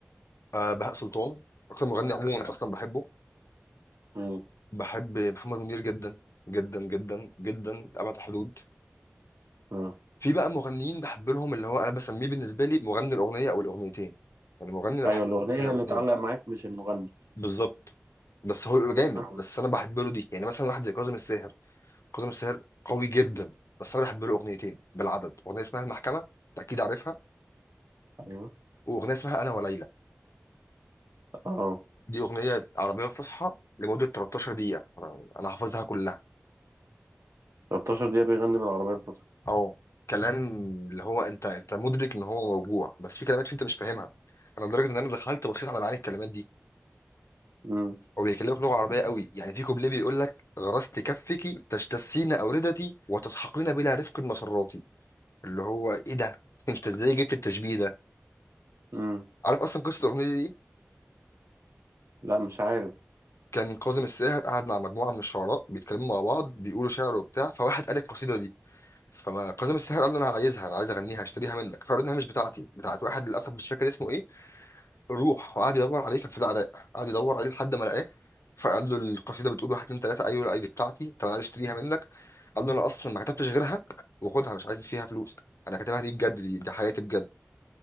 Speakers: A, on the left; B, on the right.
A: أه بهاء سلطان اكتر مغني عموما انا اصلا بحبه
B: مم.
A: بحب محمد منير جدا جدا جدا جدا لأبعد حدود
B: مم.
A: في بقى مغنيين بحب لهم اللي هو انا بسميه بالنسبه لي مغني الاغنيه او الاغنيتين يعني مغني انا
B: ايوه
A: بحب
B: الاغنيه
A: له اغنيه او
B: اللي
A: اتنين
B: تعلق معاك مش المغني
A: بالظبط بس هو بيبقى جامد
B: آه.
A: بس انا بحب له دي يعني مثلا واحد زي كاظم الساهر كاظم الساهر قوي جدا بس انا بحب له اغنيتين بالعدد اغنيه اسمها المحكمه انت اكيد عارفها
B: ايوه
A: واغنيه اسمها انا وليلى
B: اه
A: دي اغنيه عربيه فصحى لمده 13 دقيقه انا أنا حافظها كلها
B: 13 دقيقه بيغني بالعربيه الفاتحه
A: اه كلام اللي هو انت انت مدرك ان هو موجوع بس في كلمات فيه انت مش فاهمها انا لدرجه ان انا دخلت بصيت على معاني الكلمات دي
B: مم.
A: هو بيكلمك لغه عربيه قوي يعني في كوبليه بيقول لك غرست كفك تجتثين اوردتي وتسحقين بلا رفق مسراتي اللي هو ايه ده <laughs> انت ازاي جبت التشبيه ده
B: مم.
A: عارف اصلا قصه الاغنيه دي إيه؟
B: لا مش عارف
A: كان كاظم الساهر قاعد مع مجموعه من الشعراء بيتكلموا مع بعض بيقولوا شعر وبتاع فواحد قال القصيده دي فما كاظم الساهر قال له انا عايزها انا عايز اغنيها هشتريها منك فقال له انها مش بتاعتي بتاعت واحد للاسف مش فاكر اسمه ايه روح وقعد يدور عليه كان في العراق قعد يدور عليه لحد ما لقاه فقال له القصيده بتقول واحد اتنين تلاته ايوه لا دي بتاعتي طب انا عايز اشتريها منك قال له انا اصلا ما كتبتش غيرها وخدها مش عايز فيها فلوس انا كاتبها دي بجد دي, دي حياتي بجد